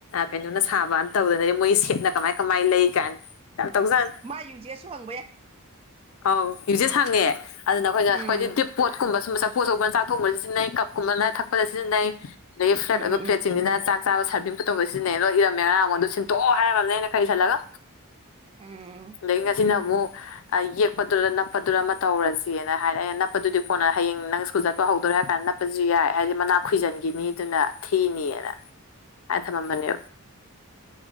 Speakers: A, on the left; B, on the right.
A: ꯀꯩꯅꯣꯅ ꯊꯥꯕꯅ ꯇꯧꯗꯅꯗꯤ ꯃꯣꯏ ꯁꯦꯠꯅ ꯀꯃꯥꯏ ꯀꯃꯥꯏꯅ ꯂꯩ ꯀꯥꯏꯅ ꯌꯥꯝ ꯇꯧꯖꯥꯠꯅꯤ
B: ꯃꯥ ꯌꯨꯖꯦꯁꯨ ꯍꯪꯕ ꯌꯥꯏ
A: ꯑꯧ ꯌꯨꯁꯦꯁ ꯍꯪꯉꯦ ꯑꯗꯨꯅ ꯑꯩꯈꯣꯏꯗ
B: ꯎꯝ
A: ꯑꯩꯈꯣꯏꯄꯣꯠ ꯀꯨꯝꯕ ꯁꯨꯝ ꯃꯆꯥꯐꯣ ꯑꯆꯧꯕ ꯃꯆꯥꯛ ꯊꯛꯄꯗ ꯁꯤꯖꯤꯟꯅꯩ ꯀꯞꯀꯨꯝꯕꯅ ꯊꯛꯄꯗ ꯁꯤꯖꯤꯟꯅꯩ ꯑꯗꯒꯤ ꯐ꯭ꯂꯦꯠ
B: ꯎꯝ
A: ꯑꯣꯏꯕ
B: ꯎꯝ
A: ꯄ꯭ꯂꯦꯠꯁꯤꯡꯁꯤꯅ
B: ꯎꯝ
A: ꯆꯥꯛ ꯆꯥꯕ ꯁꯥꯔꯕꯤꯤꯡ ꯇꯧꯕ ꯁꯤꯖꯤꯟꯅꯩ ꯃꯦꯔꯥ ꯑꯃ ꯑꯗꯨ ꯁꯤꯟꯇꯣꯛꯑꯣ ꯍꯥꯏꯔꯝꯃꯕꯅꯦ ꯑꯩꯅ ꯈꯔ ꯏꯁꯜꯂꯒ
B: ꯎꯝ
A: ꯑꯗꯒꯤ ꯉꯁꯤꯅ ꯑꯃꯨꯛ ꯌꯦꯛꯄꯗꯨꯔ ꯅꯞꯄꯗꯨꯔ ꯑꯃ ꯇꯧꯔꯁꯤꯦꯅ ꯍꯥꯏꯔꯦ ꯑꯩꯅ ꯅꯞꯄꯗꯨꯗꯤ ꯀꯣꯟꯅ ꯍꯌꯦꯡ ꯅꯪ ꯁ꯭ꯀꯨꯜ ꯆꯠꯄ ꯍꯧꯗꯣꯏ ꯀ ꯍꯥꯏꯔ ꯀꯥꯟꯗ ꯅꯞꯄꯁꯨ ꯌꯥꯏ ꯍꯥꯏꯗꯤ ꯃꯅꯥꯛ ꯈꯣꯏꯏꯖꯟꯒꯤꯅꯤ ꯑꯗꯨꯅ ꯊꯤꯅꯤꯑꯅ ꯍꯥꯏ ꯊꯃꯝꯕꯅꯤ